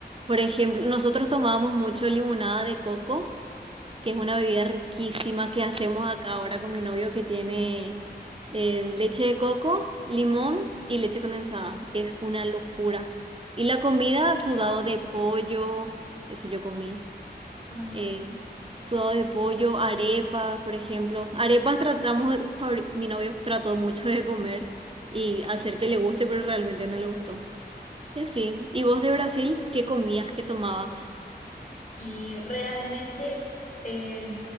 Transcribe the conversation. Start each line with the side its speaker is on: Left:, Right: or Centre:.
Right: Por ejemplo, nosotros tomábamos mucho limonada de coco, que es una bebida riquísima que hacemos acá ahora con mi novio que tiene eh, leche de coco, limón y leche condensada. Es una locura. Y la comida, sudado de pollo, ese yo comí.
Left: Ah.
Right: eh, sudado de pollo, arepas, por ejemplo. Arepas tratamos, de- fabri- mi novio trató mucho de comer y hacer que le guste, pero realmente no le gustó. Y así. ¿Y vos de Brasil, qué comías, qué tomabas?
Left: Y realmente eh,